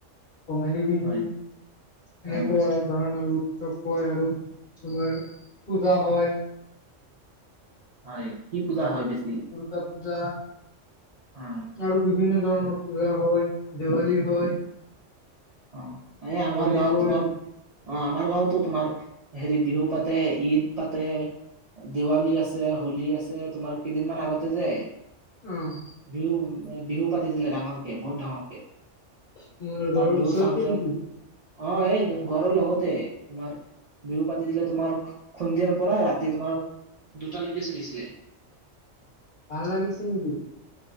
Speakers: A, on the left; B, on the right.
A: কঙালী বিহু
B: হয়
A: এনেক
B: অ
A: ধৰণ চ আৰু তোমাৰ পূজা হয়
B: হয় কি পূজা হয় বেছি?
A: দুৰ্গা পূজা
B: অ
A: আৰু বিভিন্ন। ধৰণৰ পূজা হয় দিৱালী হয়।
B: অ এই আমাৰ
A: হোলী
B: গাঁৱত
A: হয়।
B: তোমাৰ। অ আমাৰ গাঁওতো তোমাৰ হেৰি বিহু পাতে ঈদ পাতে। দিৱালী আছে হোলী আছে তোমাৰ কেইদিন মান আগতে যে
A: অ'
B: বিহু বিহু পাতিছিলে ডাঙৰকে বহুত ডাঙৰকে
A: তোমাৰ
B: তাত
A: ঘৰৰ
B: বিহুৰ
A: ওচৰত
B: ফাংচন
A: নেকি?
B: অ এই ঘৰৰ লগতে তোমাৰ। বিহু পাতি দিলে তোমাৰ সন্ধিয়াৰ পৰা ৰাতি তোমাৰ দুটালৈকে চলিছিলে। <unintelligible>
A: ভাল লাগিছে নেকি।